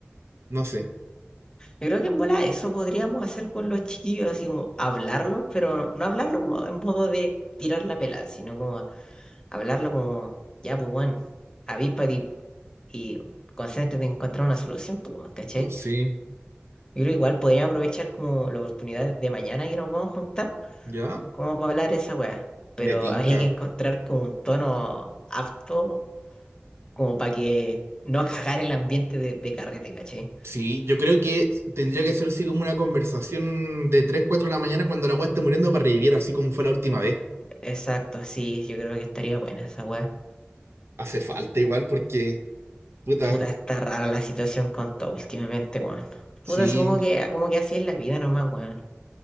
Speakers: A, on the right; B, on the left.
A: no sé.
B: Yo creo que en bola eso podríamos hacer con los chiquillos, así como hablarlo, pero no hablarlo como en modo de tirar la pelada, sino como hablarlo como, ya, pues, weón, avíspate y concéntrate en encontrar una solución, pues, weón, ¿cachai?
A: Ujú. Sí,
B: Yo creo igual podríamos aprovechar como la oportunidad de mañana que nos vamos a juntar,
A: ya,
B: como para hablar esa weá, pero
A: me tinca.
B: habría que encontrar como un tono apto, como para que no cagar el ambiente de, de carrete, ¿cachai?
A: Sí, yo creo que tendría que ser así como una conversación de tres cuatro de la mañana cuando la weá esté muriendo para revivir, así como fue la última vez.
B: Exacto, sí, yo creo que estaría buena esa weá.
A: Hace falta igual porque, puta,
B: Puta, está rara la situación con todo últimamente, weón. Puta,
A: sí,
B: supongo que como que así es la vida nomás, weón.